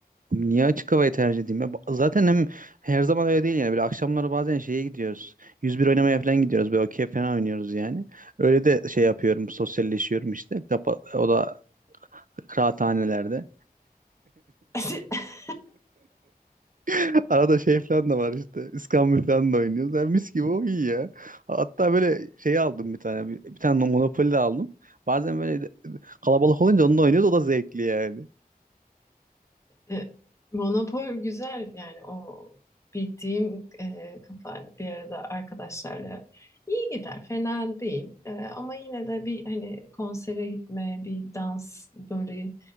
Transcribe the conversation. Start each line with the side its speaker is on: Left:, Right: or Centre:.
Right: Niye açık havayı tercih edeyim ya? Ba- Zaten hem her zaman öyle değil yani. Böyle akşamları bazen şeye gidiyoruz. 101 oynamaya falan gidiyoruz. Böyle okey falan oynuyoruz yani. Öyle de şey yapıyorum. Sosyalleşiyorum işte. Kapa o da kıraathanelerde.
Left: <laughs>
Right: <laughs> Arada şey falan da var işte. İskambil falan da oynuyoruz. Yani mis gibi o iyi ya. Hatta böyle şey aldım bir tane. Bir, bir tane Monopoly de aldım. Bazen böyle de- kalabalık olunca onu da oynuyoruz. O da zevkli yani.
Left: E, Monopol güzel yani o bildiğim e, kafa bir arada arkadaşlarla iyi gider fena değil E, ama yine de bir hani konsere gitme bir dans böyle